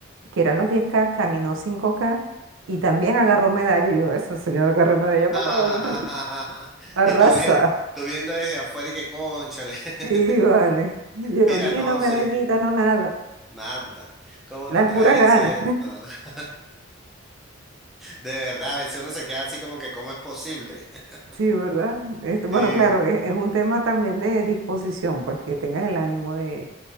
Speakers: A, on the right; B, in the centre.
A: que eran los 10K, caminó 5K, y también agarró medalla. Y yo, esa señora agarró medalla para
B: <laughs>
A: todo, muchacho. Arrasa.
B: Y tú, bien, tú viendo desde afuera y que cónchale. <laughs>
A: Sí, vale. Yo
B: Mira,
A: ni
B: no,
A: una medallita,
B: sí,
A: no nada.
B: nada. Como
A: Las
B: te estaba
A: puras
B: diciendo.
A: ganas.
B: <laughs> De verdad, a veces uno se queda así como que, ¿cómo es posible? <laughs>
A: Sí, ¿verdad? Este, bueno,
B: Sí,
A: claro, es, es un tema también de disposición, pues que tengas el ánimo de,